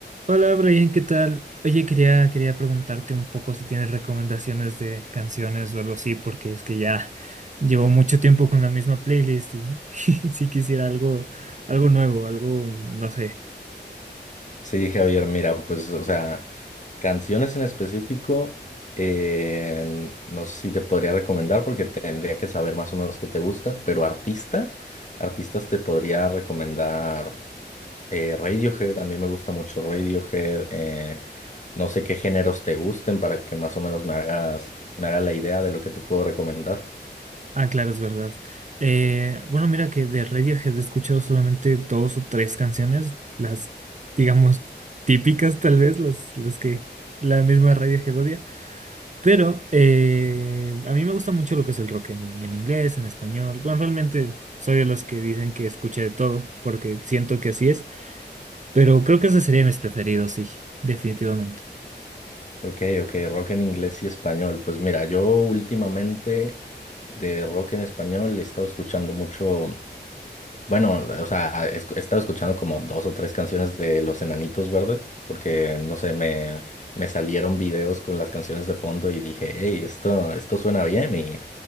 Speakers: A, on the right; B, on the left.
A: Hola Brian, ¿qué tal? Oye, quería, quería preguntarte un poco si tienes recomendaciones de canciones o algo así, porque es que ya llevo mucho tiempo con la misma playlist y <laughs> si quisiera algo, algo nuevo, algo, no sé.
B: Sí, Javier, mira, pues, o sea, canciones en específico, eh, no sé si te podría recomendar porque tendría que saber más o menos qué te gusta, pero artistas, artistas te podría recomendar eh, Radiohead, a mí me gusta mucho Radiohead, eh, no sé qué géneros te gusten para que más o menos me hagas, me haga la idea de lo que te puedo recomendar.
A: Ah, claro, es verdad. Eh, bueno, mira que de Radiohead he escuchado solamente dos o tres canciones, las, digamos, típicas tal vez, las, las que la misma Radiohead odia. Pero eh, a mí me gusta mucho lo que es el rock en, in- en inglés, en español. Bueno, realmente soy de los que dicen que escuché de todo, porque siento que así es, pero creo que esos serían mis preferidos, sí, definitivamente.
B: Ok, ok, rock en inglés y español, pues mira, yo últimamente de rock en español he estado escuchando mucho. Bueno, o sea, he he estado escuchando como dos o tres canciones de Los Enanitos Verdes, porque no sé, me, me salieron videos con las canciones de fondo y dije, hey, esto, esto suena bien y,